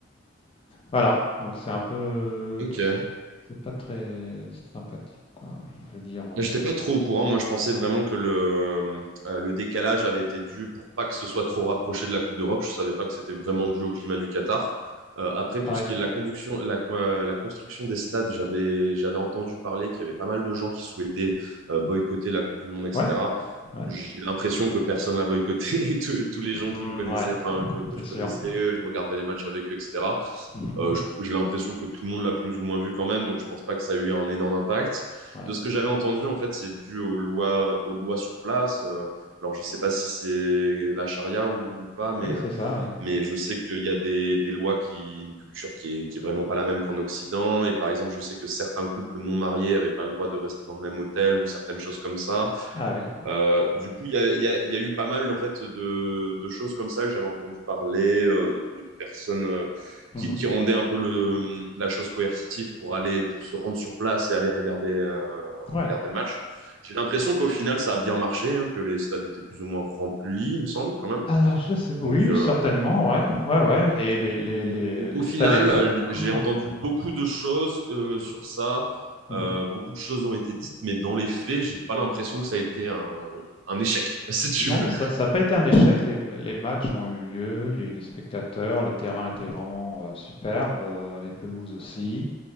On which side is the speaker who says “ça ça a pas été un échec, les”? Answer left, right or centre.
Left